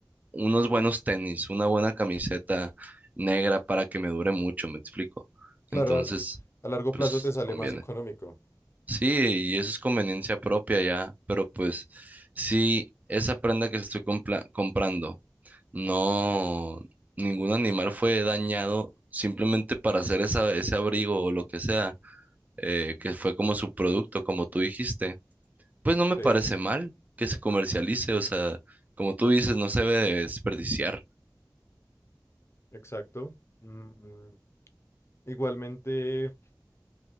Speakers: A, on the right (about 20°); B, on the left (about 35°).
A: unos buenos tenis, una buena camiseta negra para que me dure mucho, me explico.
B: Claro,
A: Entonces,
B: al- a largo
A: pues
B: plazo te sale
A: conviene.
B: más económico.
A: Sí, y eso es conveniencia propia ya, pero pues si esa prenda que estoy compla- comprando, no, ningún animal fue dañado simplemente para hacer esa, ese abrigo o lo que sea, eh, que fue como su producto, como tú dijiste, pues no me
B: Sí,
A: parece mal que se comercialice, o sea, como tú dices, no se debe desperdiciar.
B: exacto. Mm, igualmente.